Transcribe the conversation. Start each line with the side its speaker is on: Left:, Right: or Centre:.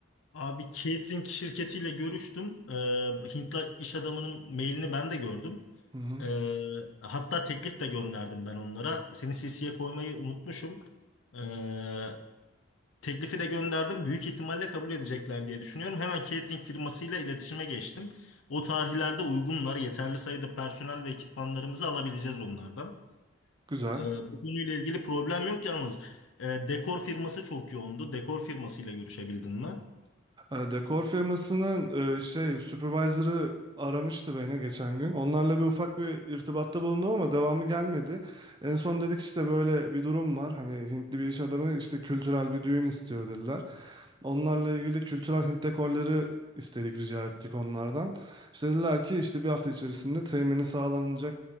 Left: Abi catering şirketiyle görüştüm. Ee, Hintli iş adamının mailini ben de gördüm.
Right: Hı hı.
Left: Ee, hatta teklif de gönderdim ben onlara. Seni CC'ye koymayı unutmuşum. Ee, teklifi de gönderdim. Büyük ihtimalle kabul edecekler diye düşünüyorum. Hemen catering firmasıyla iletişime geçtim. O tarihlerde uygunlar. Yeterli sayıda personel ve ekipmanlarımızı alabileceğiz onlardan.
Right: Güzel.
Left: Ee, bu konuyla ilgili problem yok yalnız. Ee, dekor firması çok yoğundu. Dekor firmasıyla görüşebildin mi?
Right: E, dekor firmasının e, şey supervisor'ı aramıştı beni geçen gün. Onlarla bir ufak bir irtibatta bulundum ama devamı gelmedi. En son dedik işte böyle bir durum var. Hani Hintli bir iş adamı işte kültürel bir düğün istiyor dediler. Onlarla ilgili kültürel Hint dekorları istedik, rica ettik onlardan. İşte dediler ki işte bir hafta içerisinde temini sağlanacak.